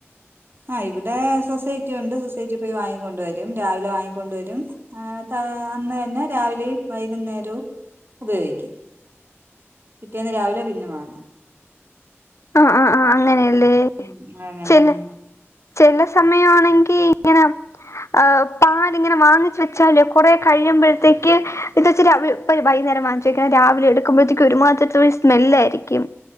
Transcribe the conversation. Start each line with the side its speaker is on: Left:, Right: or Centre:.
Right: ആ ഇവടെ സൊസൈറ്റിയുണ്ട് സൊസൈറ്റി പോയി വാങ്ങിക്കൊണ്ട് വരും രാവിലെ വാങ്ങിക്കൊണ്ട് വരും ആ ന്ന്ട്ട് അന്ന് തന്നെ രാവിലെയും വൈകുന്നേരവും ഉപയോഗിക്കും പിറ്റേന്ന് രാവിലെ പിന്നെ വാങ്ങും
Left: ആഹ് ആ് ആ് അങ്ങനെയല്ലേ?
Right: ഉം അങ്ങനെ
Left: ചെല
Right: ഉം
Left: ചെല സമയാണെങ്കിയിങ്ങനെ ഏഹ് പാലിങ്ങനെ വാങ്ങിച്ചു വെച്ചാല് കൊറേ കഴിയുമ്പഴത്തേക്ക് ഇത്ച്ചിരി അവിയും ഇപ്പഴെ വൈന്നേരം വാങ്ങിച്ച് വെക്കുന്നെ രാവിലെ എടുക്കുമ്പഴത്തേക്ക് ഒരുമാത്രിത്തൊരു സ്മെല്ലായിരിക്കും